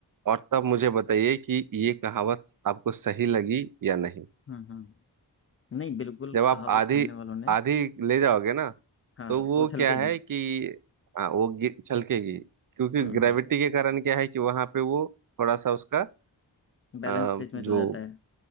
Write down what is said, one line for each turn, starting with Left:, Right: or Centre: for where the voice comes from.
Right: और तब मुझे बताइए कि ये कहावत आपको सही लगी या नहीं
Left: हम्म हम्म नहीं बिल्कुल
Right: जब आप
Left: कहावत
Right: आधी
Left: कहने वालों ने
Right: आधी ले जाओगे ना
Left: हाँ
Right: तो वो
Left: तो छलकेगी
Right: क्या है कि हाँ वो गि- छलकेगी क्योंकि
Left: हम्म
Right: ग्रेविटी
Left: हम्म
Right: के कारण क्या है कि वहां पे वो थोड़ा सा उसका
Left: बैलेंस
Right: अ,
Left: डिसमिस हो
Right: जो
Left: जाता है